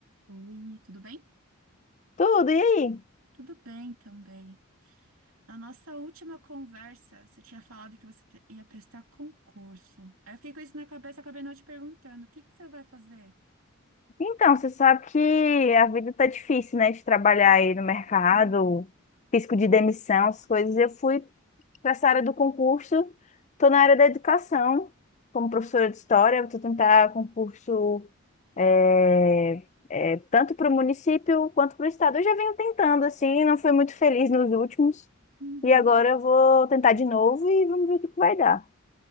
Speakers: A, on the right; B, on the left.
A: Oi, tudo bem?
B: Tudo, e aí?
A: Tudo bem também. Na nossa última conversa, você tinha falado que você te- ia prestar concurso. Aí eu fiquei com isso na cabeça, acabei não te perguntando, o que que você vai fazer?
B: Então, você sabe que a vida tá difícil, né? De trabalhar aí no mercado,
A: Uhum,
B: risco de demissão, essas coisas. Eu fui para essa área do concurso, tô na área da educação, como professora de história, eu vou tentar concurso eh, eh, tanto para o município quanto para o estado. Eu já venho tentando, assim, não fui muito feliz nos últimos,
A: uhum.
B: e agora eu vou tentar de novo e vamos ver o que que vai dar.